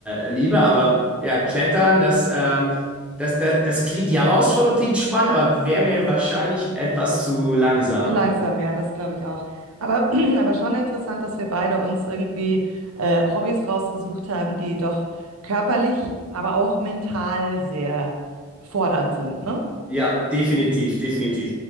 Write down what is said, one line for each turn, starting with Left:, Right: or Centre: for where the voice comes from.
Centre: äh, liebe. Aber ja, Klettern, das, ähm, das, das, das klingt, die Herausforderung klingt spannend, aber wäre mir wahrscheinlich etwas zu langsam.
Right: So langsam, ja, das glaube ich auch. Aber, <clears throat> aber schon interessant, dass wir beide uns irgendwie äh, Hobbys rausgesucht haben, die doch körperlich, aber auch mental sehr fordernd sind, ne?
Centre: Ja, definitiv, definitiv.